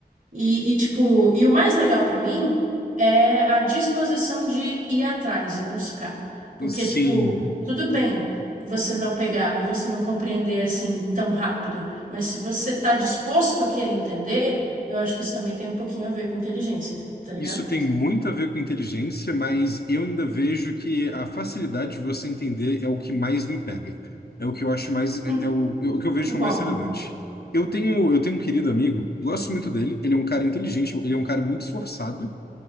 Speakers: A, on the right (about 55°); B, on the left (about 75°).
A: E, e, tipo, e o mais legal pra mim é a disposição de ir atrás e buscar. Porque,
B: Sim.
A: tipo, tudo bem você não pegar e você não compreender assim tão rápido, mas se você tá disposto a querer entender, eu acho que isso também tem um pouquinho a ver com inteligência, tá ligado?
B: Isso tem muito a ver com inteligência, mas eu ainda vejo que a facilidade de você entender é o que mais me pega. É o que eu acho mais, é,
A: Hum,
B: é o, é o que eu vejo
A: Concordo.
B: como mais relevante. Eu tenho, eu tenho um querido amigo, gosto muito dele, ele é um cara inteligente, ele é um cara muito esforçado,